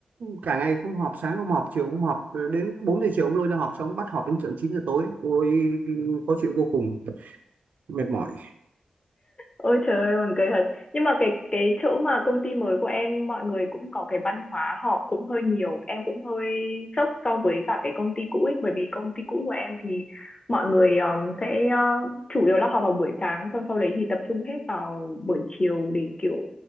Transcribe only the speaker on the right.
cả ngày không họp, sáng không họp, chiều không họp, ờ, đến 4 giờ chiều ông lôi ra họp, xong bắt họp đến tận 9 giờ tối. tôi khó chịu vô cùng, mệt mỏi.